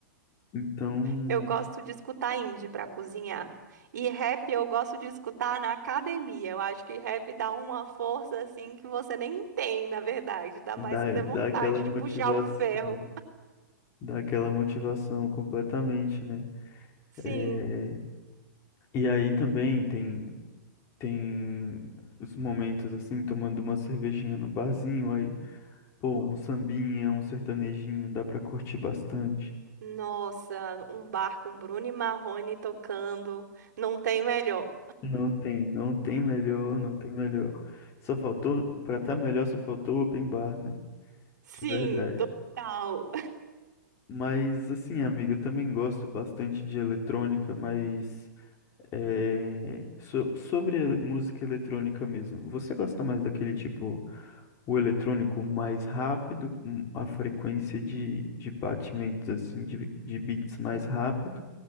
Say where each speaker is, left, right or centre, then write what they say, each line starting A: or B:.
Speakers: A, on the left; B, on the right.
A: então
B: Eu gosto de escutar indie pra cozinhar. E rap eu gosto de escutar na academia. Eu acho que rap dá uma força assim que você nem tem, na verdade. Dá
A: dá,
B: mais até
A: dá
B: vontade
A: aquela motivação,
B: de puxar o ferro.
A: dá aquela motivação completamente, né?
B: Sim.
A: É, E aí também tem, tem os momentos assim, tomando uma cervejinha no barzinho, aí, pô, um sambinha, um sertanejinho, dá pra curtir bastante.
B: Nossa, um bar com Bruno e Marrone tocando. Não tem melhor.
A: Não tem, não tem melhor, não tem melhor. Só faltou, pra tá melhor, só faltou o open bar, né?
B: Sim,
A: De verdade.
B: total.
A: Mas assim, amiga, eu também gosto bastante de eletrônica, mas é, so- sobre ele- música eletrônica mesmo. Você gosta mais daquele tipo. o eletrônico mais rápido, com a frequência de, de batimentos assim de, de beats mais rápido,